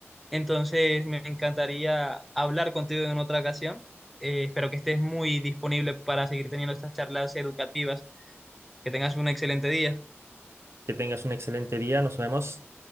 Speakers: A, in the centre; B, on the right.
A: Entonces, me encantaría hablar contigo en otra ocasión. Eh, espero que estés muy disponible para seguir teniendo estas charlas educativas. Que tengas un excelente día.
B: Que tengas un excelente día, nos vemos.